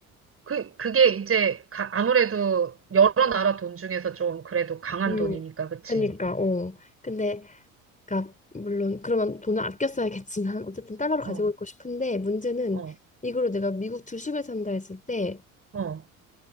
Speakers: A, on the right; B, on the left.
A: 그, 그게 이제 가- 아무래도 여러 나라 돈 중에서 좀 그래도 강한
B: 음,
A: 돈이니까, 그치?
B: 그니까, 어. 근데, 그니까, 물론, 그러면 돈을 아껴 써야겠지만, <laughs> 어쨌든 달러로
A: 어,
B: 가지고 있고 싶은데, 문제는
A: 어,
B: 이걸로 내가 미국 주식을 산다 했을 때,
A: 어,